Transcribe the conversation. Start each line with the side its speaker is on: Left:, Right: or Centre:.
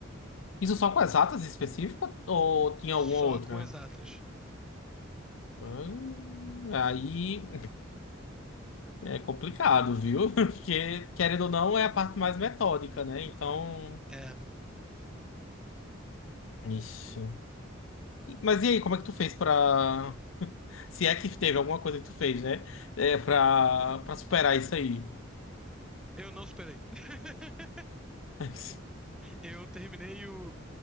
Left: Isso só com as atas específicas ou tinha
Centre: Só
Left: alguma outra?
Centre: com exatas.
Left: Hum, aí. É complicado, viu? <laughs> Porque, querendo ou não, é a parte mais metódica, né? Então.
Centre: É.
Left: Ixi. E- Mas e aí, como é que tu fez pra. Se é que teve alguma coisa que tu fez, né? É, pra, pra superar isso aí.
Centre: Eu não superei. <laughs>
Left: <laughs>
Centre: Eu terminei o.